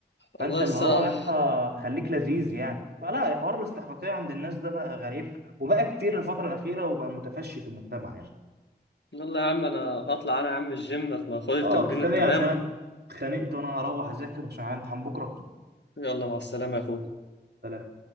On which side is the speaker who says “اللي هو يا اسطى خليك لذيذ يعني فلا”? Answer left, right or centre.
Right